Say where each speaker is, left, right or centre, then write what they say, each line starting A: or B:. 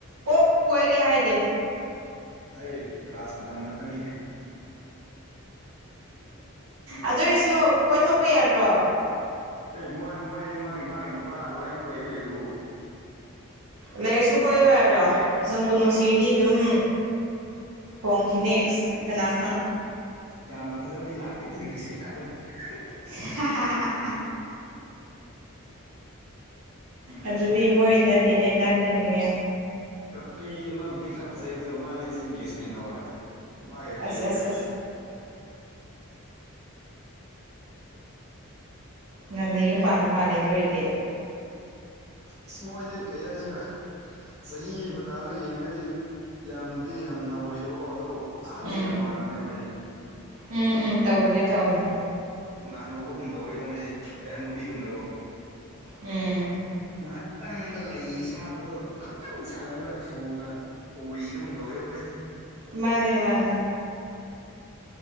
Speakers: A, on the right; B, on the right.
A: ꯀꯣꯛ ꯀꯣꯏꯒꯦ ꯍꯥꯏꯗꯤ
B: ꯑꯩ ꯀ꯭ꯂꯥꯁ ꯃꯇꯝ ꯈꯛꯇꯅꯤꯍꯦ
A: ꯑꯗꯨ ꯑꯣꯏꯔꯁꯨ ꯀꯣꯏꯊꯣꯛꯄ ꯌꯥꯗ꯭ꯔꯣ
B: ꯑꯦ ꯃꯣꯏ ꯃꯣꯏ ꯃꯥꯒꯤ ꯃꯥꯒꯤ ꯅꯨꯄꯥ ꯂꯣꯏꯅꯃꯛ ꯂꯩ ꯂꯩꯗꯨꯕꯨ
A: ꯂꯩꯔꯁꯨ ꯀꯣꯏꯔꯣꯏꯔꯗ꯭ꯔꯣ ꯅꯪꯕꯨ ꯅꯨꯡꯁꯤꯔꯗꯤ ꯑꯗꯨꯝ ꯍꯣꯡꯈꯤꯅꯦ ꯀꯅꯥꯈꯪ
B: ꯌꯥꯝꯅ ꯐꯖꯕꯗꯤ ꯂꯥꯛꯇꯦ ꯌꯨ ꯑꯁ ꯇꯩ ꯂꯥꯛꯄꯗꯨꯁꯨ
A: <unintelligible> ꯑꯗꯨꯗꯤ ꯃꯣꯏ ꯅꯠꯇꯦꯅꯦ ꯅꯪꯅꯅꯤꯅꯦ
B: ꯄꯤ ꯑꯃꯕꯨꯗꯤ ꯈꯔ ꯐꯖꯩ ꯑꯗꯨꯒ ꯃꯥꯗꯤ ꯍꯧꯖꯤꯛ ꯏꯡꯒꯦꯖꯃꯦꯟ ꯇꯧꯈ꯭ꯔꯦ ꯃꯥꯒꯤ
A: ꯑꯁ
B: ꯌꯦꯡꯉꯒ
A: ꯑꯁ ꯑꯁ ꯉꯟꯅ ꯌꯨꯝ ꯄꯥꯟꯕꯗ ꯃꯥꯜꯂꯦ ꯑꯗꯨ ꯑꯣꯏꯔꯗꯤ
B: ꯏꯁ ꯃꯣꯏꯗꯤ ꯀꯩ ꯍꯥꯏꯁꯤꯔꯥ ꯆꯍꯤ ꯃꯇꯇꯥꯗ ꯌꯦꯡꯉꯒꯗꯤ ꯌꯥꯝꯗꯤ ꯌꯥꯝ ꯅꯧꯔꯤꯕꯑꯕꯀꯣ ꯑꯗꯨꯕꯨ ꯑꯍꯜ
A: ꯎꯝ
B: ꯌꯥꯝ ꯃꯟꯕꯅꯤ ꯃꯣꯏꯗꯤ
A: ꯎꯝ ꯎꯝ ꯇꯧꯕꯅꯦ ꯇꯧꯅꯦ
B: ꯊꯨꯅꯥ ꯍꯅꯨꯕꯒꯨꯝ ꯇꯧꯋꯦꯕ ꯃꯣꯏꯁꯦ ꯑꯦ ꯍꯅꯨꯕꯤꯒꯨꯝꯅꯀꯣ
A: ꯎꯝ
B: ꯉꯥꯏꯍꯥꯛꯇꯪꯗ ꯂꯩ ꯁꯥꯠꯄꯗꯣ ꯈꯤꯇꯪ ꯁꯥꯠꯂꯝꯂꯒ ꯊꯨꯅ ꯑꯣꯏꯕꯒꯨꯝꯗ ꯑꯣꯏꯕ ꯃꯣꯏꯁꯦ
A: ꯃꯥꯅꯦ ꯃꯥꯅꯦ